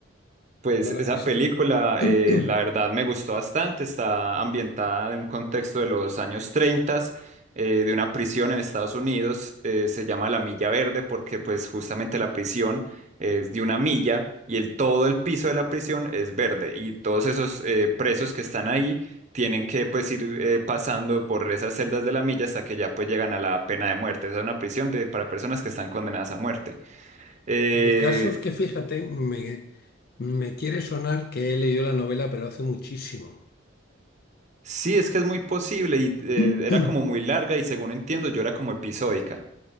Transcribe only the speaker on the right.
pues
esa
película,
eh, la verdad, me gustó bastante. Está ambientada en un contexto de los años 30, eh, de una prisión en Estados Unidos. eh, se llama La Milla Verde porque, pues, justamente la prisión es de una milla y el, todo el piso de la prisión es verde. Y todos esos eh, presos que están ahí tienen que, pues, ir eh, pasando por esas celdas de la milla hasta que ya, pues, llegan a la pena de muerte. Esa es una prisión de, para personas que están condenadas a muerte. Eh,
Sí, es que es muy posible y eh,
era como muy larga y según entiendo yo era como episódica.